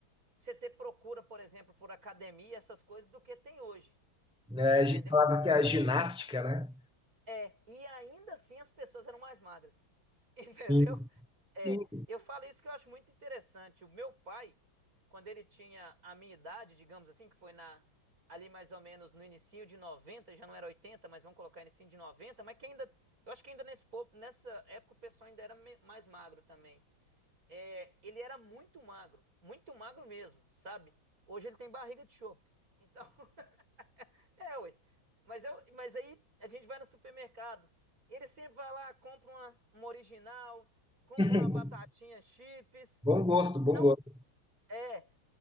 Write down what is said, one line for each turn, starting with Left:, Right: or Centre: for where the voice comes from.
Right: você ter procura, por exemplo, por academia, essas coisas, do que tem hoje.
Centre: É,
Right: Entendeu?
Centre: a gente falava que é a ginástica, né?
Right: É. E ainda assim as pessoas eram mais magras. <laughs> Entendeu?
Centre: Sim. Sim.
Right: É. Eu falo isso que eu acho muito interessante. O meu pai, quando ele tinha a minha idade, digamos assim, que foi na ali mais ou menos no início de 90, já não era 80, mas vamos colocar início de 90. mas que ainda, eu acho que ainda nesse, po- nessa época o pessoal ainda era me- mais magro também é, ele era muito magro, muito magro mesmo, sabe? Hoje ele tem barriga de chope. Então, <laughs> é, ué. Mas, eu, mas aí a gente vai no supermercado. Ele sempre vai lá, compra uma, uma original, compra
Centre: <laughs>
Right: uma batatinha chips.
Centre: Bom gosto, bom
Right: Não,
Centre: gosto.
Right: é.